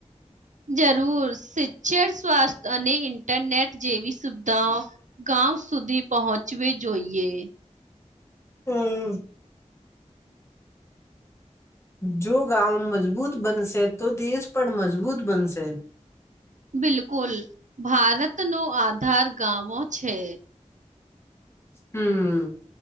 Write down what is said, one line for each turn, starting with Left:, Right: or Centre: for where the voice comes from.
Right: જરૂર શિક્ષણ સ્વાસ્થ્ય અને ઇન્ટરનેટ જેવી સુવિધાઓ, ગામ સુધી પહોંચવી જોઈએ,
Left: હમ્મ જો ગાવ મજબૂત બનશે તો દેશ પણ મજબૂત બનશે.
Right: બિલકુલ ભારતનો આધાર ગાવો છે.
Left: હમ્મ